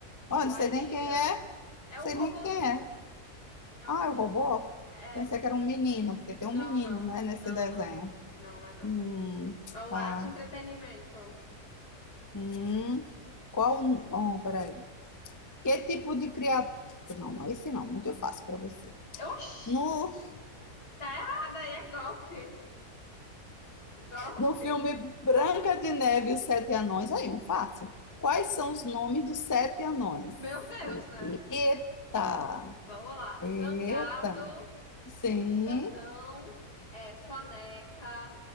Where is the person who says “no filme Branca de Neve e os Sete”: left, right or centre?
Left